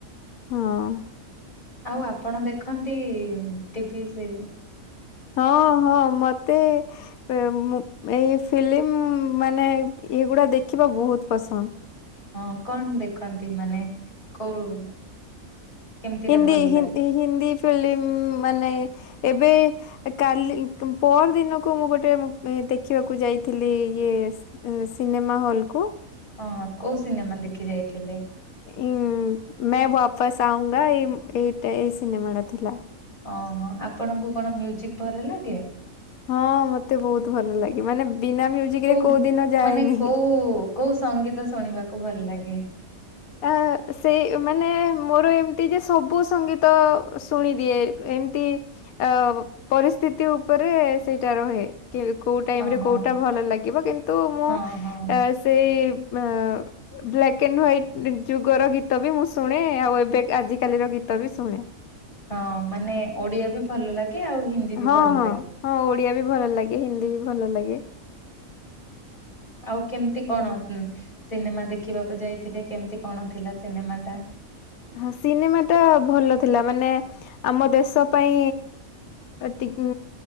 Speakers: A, on the left; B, on the left.
A: ହଁ।
B: ଆଉ ଆପଣ ଦେଖନ୍ତି ଟିଭି ସେ
A: ହଁ ହଁ ମତେ ମ୍ ଏଇ ଫିଲିମ୍ ମାନେ ଏଗୁଡା ଦେଖିବା ବହୁତ ପସନ୍ଦ।
B: ହଁ କଣ ଦେଖନ୍ତି? ମାନେ କୋଉ କେମିତିଟା
A: ହିନ୍ଦୀ
B: ଭଲ
A: ହି
B: ଲାଗେ?
A: ହିନ୍ଦୀ ଫିଲିମ୍ ମାନେ ଏବେ କାଲି ପର ଦିନକୁ ମୁଁ ଗୋଟେ ମୁଭି ଦେଖିବାକୁ ଯାଇଥିଲି ଇଏ ସ୍- ସିନେମା ହଲ୍ କୁ।
B: ହଁ କୋଉ ସିନେମା ଦେଖି ଯାଇଥିଲେ?
A: ଉଁ ମେ ବାପସ ଆଉଙ୍ଗା ଏଇ ଏଇଟା ଏଇ ସିନେମାଟା ଥିଲା।
B: ଓହ ଆପଣଙ୍କୁ କଣ ମ୍ୟୁଜିକ ଭଲ ଲାଗେ?
A: ହଁ ମତେ ବହୁତ ଭଲ ଲାଗେ। ମାନେ ବିନା ମୁଜିକରେ କୋଉ
B: ଗୀ
A: ଦିନ ଯାଏନି।
B: ମାନେ କୋଉ କୋଉ ସଙ୍ଗୀତ ଶୁଣିବାକୁ ଭଲ ଲାଗେ?
A: ଆ ସେଇ ମାନେ ମୋର ଏମିତି ଯେ ସବୁ ସଙ୍ଗୀତ ଶୁଣିଦିଏ। ଏମିତି ଅ ପରିସ୍ଥିତି ଉପରେ ସେଇଟା ରହେ। କେ କୋଉ ଟାଇମରେ
B: ଓହୋ
A: କୋଉଟା ଭଲ ଲାଗିବ। କିନ୍ତୁ ମୁଁ
B: ହଁ ହଁ।
A: ସେଇ ଆ ବ୍ଲାକ୍ ଆଣ୍ଡ ହ୍ୱାଇଟ। ଯୁଗର ଗୀତ ବି ମୁଁ ଶୁଣେ, ଆଉ ଏବେ ଆଜିକାଲିର ଗୀତ ବି ଶୁଣେ।
B: ହଁ ମାନେ ଓଡିଆ ବି ଭଲ ଲାଗେ ଆଉ ହିନ୍ଦୀ ବି
A: ହଁ
B: ଭଲ
A: ହଁ
B: ଲାଗେ।
A: ହଁ ଓଡିଆ ବି ଭଲ ଲାଗେ, ହିନ୍ଦୀ ବି ଭଲ ଲାଗେ।
B: ଆଉ କେମିତି କଣ?
A: ହୁଁ।
B: ସିନେମା ଦେଖିବାକୁ ଯାଇଥିଲେ, କେମିତି କଣ ଥିଲା ସିନେମାଟା?
A: ହ ସିନେମାଟା ଭଲ ଥିଲା। ମାନେ ଆମ ଦେଶ ପାଇଁ ଏତିକି